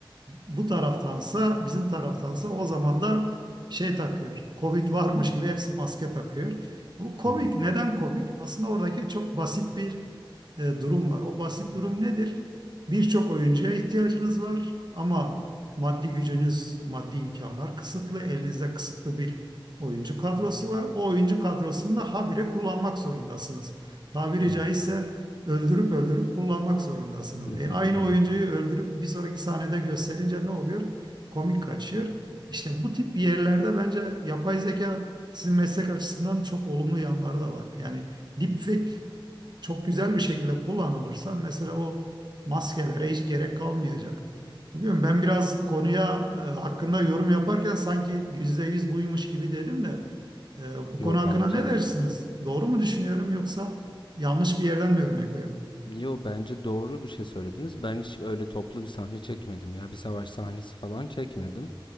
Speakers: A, on the right; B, on the left.
A: bu taraftansa bizim taraftansa o zaman da şey takıyor. Covid varmış gibi hepsi maske takıyor. Bu komik.
B: Hı hı.
A: Neden komik? Aslında oradaki çok basit bir e, durum var. O basit durum nedir? Birçok oyuncuya ihtiyacınız var ama maddi gücünüz, maddi imkanlar kısıtlı. Elinizde kısıtlı bir oyuncu kadrosu var. O oyuncu kadrosunu da habire kullanmak zorundasınız. Tabiri
B: Evet.
A: caizse öldürüp öldürüp kullanmak zorundasınız.
B: <laughs>
A: E, aynı
B: Evet.
A: oyuncuyu öldürüp bir sonraki sahnede gösterince ne oluyor? Komik kaçıyor. İşte bu tip yerlerde bence yapay zeka sizin meslek açısından çok olumlu yanları da var. Yani deepfake çok güzel bir şekilde kullanılırsa mesela o maskelere hiç gerek kalmayacak. Bilmiyorum ben biraz konuya e, hakkında yorum yaparken sanki yüzde yüz buymuş gibi dedim de e, bu
B: Yo
A: konu hakkında
B: bence
A: ne dersiniz? Doğru mu düşünüyorum yoksa yanlış bir yerden mi örnek verdim?
B: yo bence doğru bir şey söylediniz. Ben hiç öyle toplu bir sahne çekmedim ya. Bir savaş sahnesi falan çekmedim.